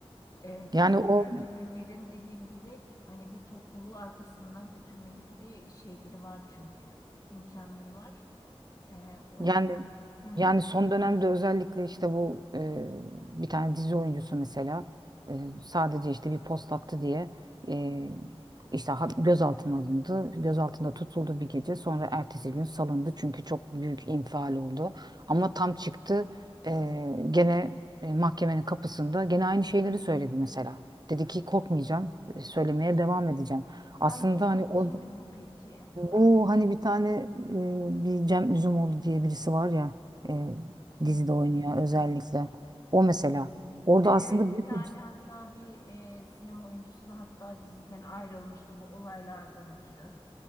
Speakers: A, on the left; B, on the right.
A: E, çünkü
B: yani o
A: ünlülerin dediğim gibi hani bir topluluğu arkasından götürme gibi bir şeyleri var çünkü imkanları var. E, o
B: Yani
A: yüzden de. Hı hı.
B: yani son dönemde özellikle işte bu e, bir tane dizi oyuncusu mesela e, sadece işte bir post attı diye e, işte ha- gözaltına alındı. Gözaltında tutuldu bir gece. Sonra ertesi gün salındı çünkü çok büyük infial oldu. Ama tam çıktı e, gene e, mahkemenin kapısında gene aynı şeyleri söyledi mesela. Dedi ki korkmayacağım, e, söylemeye devam edeceğim.
A: Hangi
B: Aslında hani orada
A: kimdi bu peki?
B: bu
A: Hangi ünlü?
B: hani bir tane e, bir Cem Üzümoğlu diye birisi var ya e,
A: Cem
B: dizide
A: Uzun.
B: oynuyor özellikle. O mesela. Orada
A: E, Evet
B: aslında büyük
A: bir tane
B: bir
A: hatta bir e, sinema oyuncusu da hatta diziden ayrılmıştı bu olaylardan ötürü.